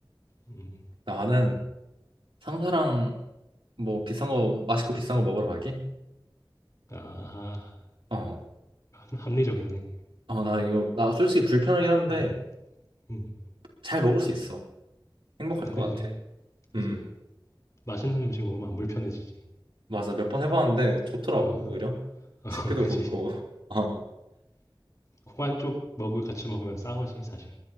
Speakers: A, on the left; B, on the right.
A: 음.
B: 나는 상사랑 뭐 비싼 거 맛있고 비싼 거 먹으러 가기?
A: 아
B: 어,
A: 합리적이네.
B: 어 나 이거 나 솔직히 불편하긴 한데
A: 음. 음.
B: 잘 먹을 수 있어. 행복할 것
A: 그지.
B: 같아.
A: 그지.
B: 음.
A: 맛있는 음식 먹으면 안 불편해지지.
B: 맞아 몇 번 해봤는데 좋더라고
A: 어.
B: 오히려
A: 어
B: 식비도
A: <laughs>
B: 붓고
A: 그지.
B: <laughs> 어
A: 콩 한쪽 먹을 같이 먹으면 싸거지 사실.